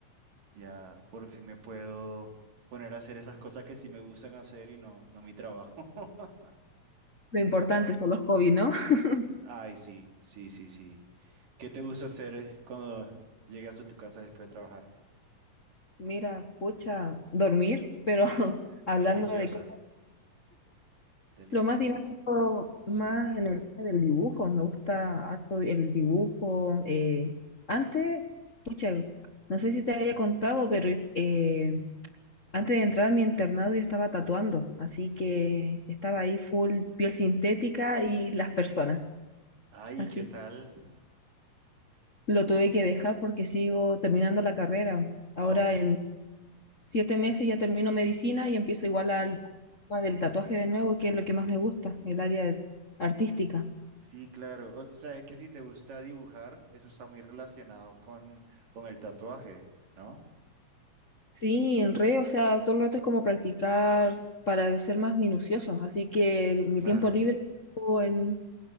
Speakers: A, on the right (about 75°); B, on the left (about 40°).
A: ya por fin me puedo poner a hacer esas cosas que sí me gustan hacer y no, no mi trabajo. <laughs>
B: Lo importante son los hobbies, ¿no? <laughs>
A: Ay, sí, sí, sí, sí. ¿Qué te gusta hacer eh, cuando llegas a tu casa después de trabajar?
B: Mira, pucha, dormir, pero <laughs> hablando
A: Deliciosa,
B: de cosas,
A: deliciosa,
B: lo más dinámico,
A: sí.
B: más en el área del dibujo, me gusta harto el dibujo. eh, antes, pucha, no sé si te había contado, pero eh, antes de entrar a mi internado yo estaba tatuando, así que estaba ahí full piel sintética y las personas.
A: Ay,
B: Así
A: ¿qué tal?
B: lo tuve que dejar porque sigo terminando la carrera. Ahora
A: Oh,
B: en siete meses ya termino medicina y empiezo
A: ujú,
B: igual al tema del tatuaje de nuevo, que es lo que más me gusta, el área artística.
A: Sí, claro. O, o sea, es que si te gusta dibujar, eso está muy relacionado con, con el tatuaje, ¿no?
B: Sí, en re, o sea, todo el rato es como practicar para ser más minuciosos. Así que mi
A: Claro.
B: tiempo libre o en,